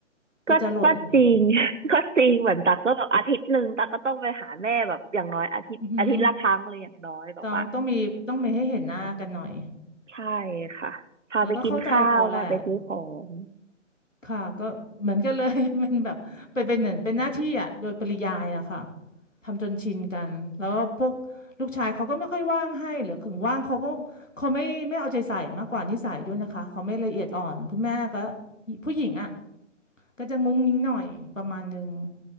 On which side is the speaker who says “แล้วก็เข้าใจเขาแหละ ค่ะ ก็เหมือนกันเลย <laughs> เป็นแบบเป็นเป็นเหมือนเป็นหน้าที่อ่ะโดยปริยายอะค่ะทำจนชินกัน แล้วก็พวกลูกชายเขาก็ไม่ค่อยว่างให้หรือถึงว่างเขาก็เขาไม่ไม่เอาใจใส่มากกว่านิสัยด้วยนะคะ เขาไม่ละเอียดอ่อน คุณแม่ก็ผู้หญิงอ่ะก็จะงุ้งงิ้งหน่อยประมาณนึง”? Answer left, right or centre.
Left